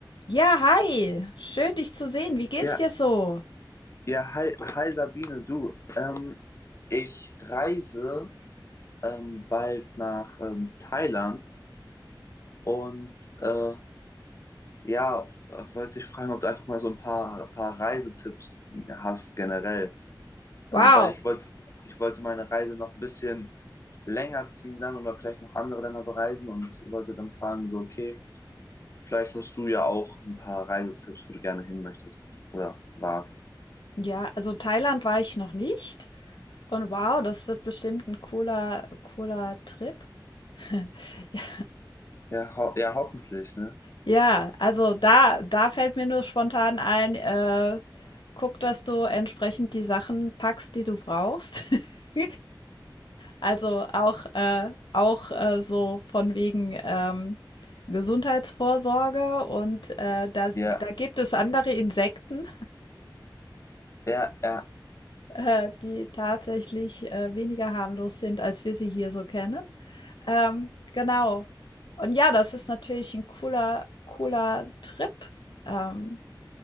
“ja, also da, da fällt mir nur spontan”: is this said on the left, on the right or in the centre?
Left